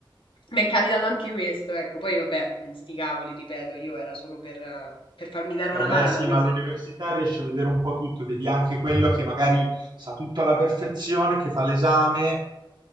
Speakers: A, on the left; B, on the right.
A: mi è capitato anche questo, ecco. Poi, vabbè, sti cavoli, ripeto, io era solo per, eh, per farmi dare una
B: Vabbè,
A: mano,
B: sì,
A: quindi...
B: ma all'università riesci a vedere un po' tutto, vedi anche quello che magari sa tutto alla perfezione, che fa l'esame